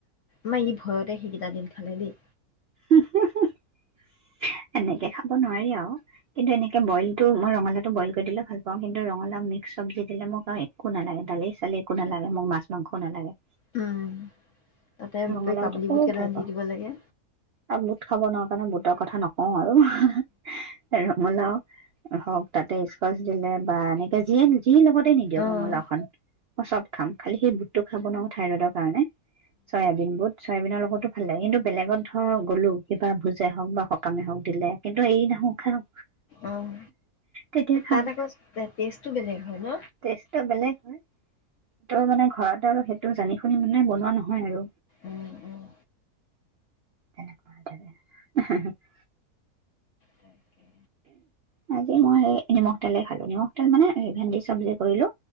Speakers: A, on the left; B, on the right.
A: মাৰ ই ভয়তে সেইকেইটা দিন খালে দেই
B: এনেকে খাব নোৱাৰি আৰু কিন্তু এনেকে বইলটো মই ৰঙালাওটো বইল কৰি দিলেও ভাল পাওঁ কিন্তু ৰঙালাও মিক্স চবজি দিলে মোক আৰু একো নালাগে দালি চালি একো নালাগে মোক মাছ মাংসও নালাগে
A: উম তাতে
B: ৰঙালাওটো
A: কাবুলী
B: খুব
A: বুট কেইটামান
B: ভাল
A: দি
B: পাওঁ
A: দিব লাগে
B: আৰু বুট খাব নোৱাৰ কাৰণে বুট কথা নকওঁ আৰু ৰঙালাও হওক তাতে স্কচ দিলে বা এনেকে যিয়ে নিল যি লগতে নিদিয়ক
A: অঁ
B: ৰঙলাও খন চব খাম খালি সেই বুটটো খাব নোৱাৰো থাইৰইডৰ কাৰণে চয়াবিন বুট চইবিনৰ লগতো ভালে কিন্তু বেলেগত ধৰা গ'লো কিবা ভোজে হওক বা সকামে হওক দিলে কিন্তু এৰি নহো খাওঁ
A: অঁ
B: তেতিয়া খাওঁ
A: তাত আকৌ টেষ্টটো বেলেগ হয় ন
B: টেষ্টটো বেলেগ হয় ত মানে ঘৰত আৰু সেইটো জানি শুনি মানে বনোৱা নহয় আৰু
A: উম, উম,
B: তেনেকুৱাক
A: তাকে
B: আজি মই স নিমখ তেলে খালো নিমখ তেল মানে ভেন্দি চবজি কৰিলো